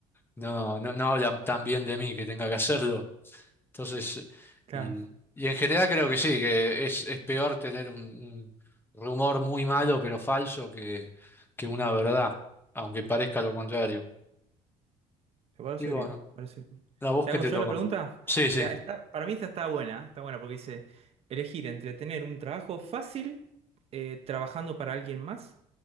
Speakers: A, on the left; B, on the right.
A: no, no, no hablan tan bien de mí que tenga que hacerlo. Entonces,
B: Claro.
A: y, y en general creo que sí, que es, es peor tener un, un rumor muy malo pero falso que, que una verdad, aunque parezca lo contrario.
B: Me parece
A: Y bueno,
B: bien, parece bien.
A: la voz
B: ¿Te
A: que
B: hago
A: te
B: yo
A: tocó.
B: la pregunta?
A: Sí, sí.
B: Mira, esta, para mí esta está buena, está buena porque dice elegir entre tener un trabajo fácil eh, trabajando para alguien más